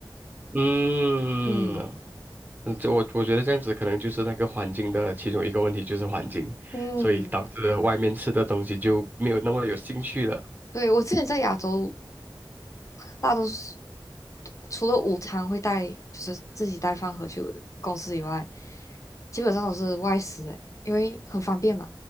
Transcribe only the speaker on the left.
嗯
嗯，
对，我之前在亚洲大多数除了午餐会带，就是自己带饭盒去公司以外，基本上都是外食诶，因为很方便嘛。